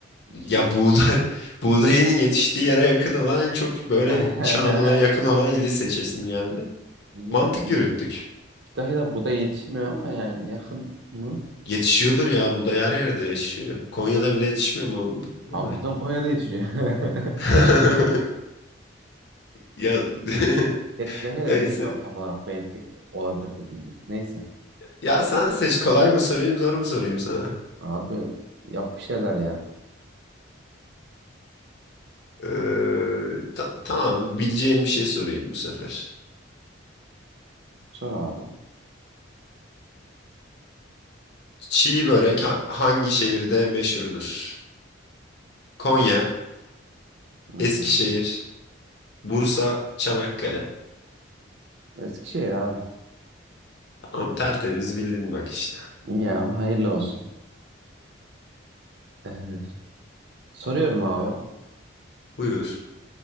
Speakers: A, on the right; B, on the left.
A: İki
B: Ya
A: is-
B: buğday, <laughs> buğdayın yetiştiği yere yakın olan en çok böyle
A: <laughs>
B: İç Anadolu'ya yakın olan ili seçesim geldi.
A: Yani
B: Mantık yürüttük.
A: Kütahya'da buğday yetişmiyor ama yani yakın mı?
B: Yetişiyordur ya buğday her yerde yetişiyor. Konya'da bile yetişmiyor mu bu-
A: Abi
B: buğday?
A: zaten Konya'da yetişiyor. <laughs>
B: <laughs> Ya <laughs>
A: Geç Kütahya da
B: neyse.
A: bilmiyorum tam olarak belki olabilir dediğin gibi. Neyse.
B: Ya sen seç kolay mı sorayım zor mu sorayım sana?
A: Abi yap bir şeyler ya.
B: Ee, ta- tamam bileceğim bir şey sorayım bu sefer.
A: Sor abi.
B: Çiğ börek ha- hangi şehirde meşhurdur? Konya,
A: Hı
B: Eskişehir,
A: hı.
B: Bursa, Çanakkale.
A: Eskişehir abi.
B: Tamam tertemiz bildin bak işte.
A: Ya hayırlı olsun. Ee, soruyorum abi.
B: Buyur.